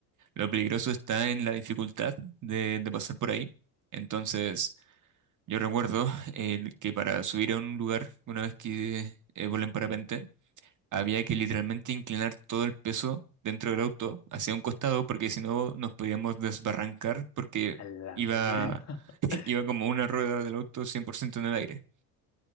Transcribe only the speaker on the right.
lo peligroso está en la dificultad de, de pasar por ahí. Entonces, yo recuerdo eh, que para subir a un lugar, una vez que eh, volé en parapente, había que literalmente inclinar todo el peso dentro del auto hacia un costado porque si no nos podíamos desbarrancar porque
iba,
<laughs> iba como una rueda del auto 100% en el aire.